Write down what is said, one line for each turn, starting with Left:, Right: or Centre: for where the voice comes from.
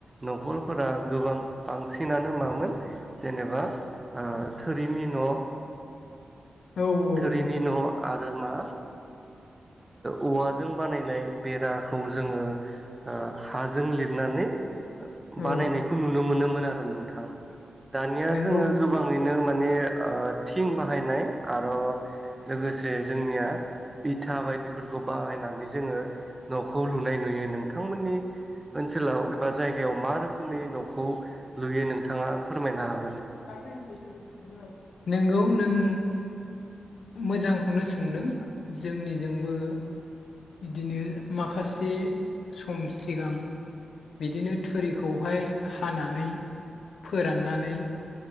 Right: न'खरफोरा गोबां बांसिनानो मामोन जेनेबा अ थोरिनि न'
Left: औ औ
Right: थोरिनि न' आरो मा ओ औवाजों बानायनाय बेराखौ जोङो ओ हाजों लिरनानै
Left: औ
Right: बानायनायखौ नुनो मोनोमोन आरो नोंथां दानिया
Left: नंगौ
Right: जोङो गोबाङैनो माने अ थिं बाहायनाय आरो लोगोसे जोंनिया इथा बायदिफोरखौ बाहायनानै जोङो न'खौ लुनाय नुयो नोंथांमोननि ओनसोलाव एबा जायगायाव मा रोखोमै न'खौ लुयो नोंथाङा फोरमायनो हा
Left: <unintelligible> नोंगौ नों मोजांखौनो सोंदों जोंनिजोंबो बिदिनो माखासे सम सिगां बिदिनो थुरिखौहाय हानानै फोराननानै